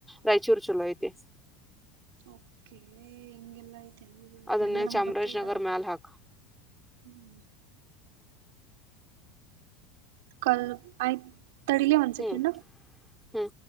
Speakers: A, in the centre; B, on the right.
A: ರಾಯಚೂರ್ ಚಲೋ ಐತಿ ಹ <inaudible>
B: ಓಕೆ ಹೆಂಗೆಲ್ಲಾ <unintelligible> ಇ
A: ಅದನ್ನ
B: ಎಲ್ಲ ನಮ್ಮ್ಗ
A: ಚಾಮರಾಜನಗರ್
B: ಗೊತ್ತೇ ಇಲ್ಲ ನೋಡು
A: ಮ್ಯಾಲ ಹಾಕ್
B: ಹ್ಮ್ ಕಲ್ ಆಯ್ ತಡಿಲ ಒನ್ ಸೆಕೆಂಡ್
A: ಹ್ಮ್ ಹ್ಮ್